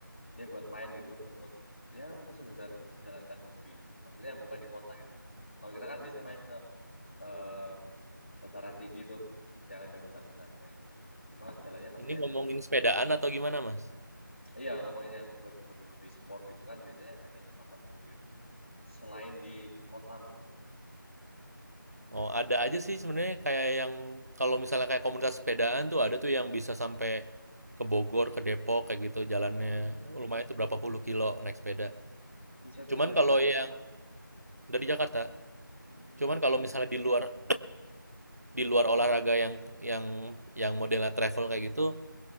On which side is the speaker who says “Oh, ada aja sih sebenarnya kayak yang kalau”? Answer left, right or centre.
Right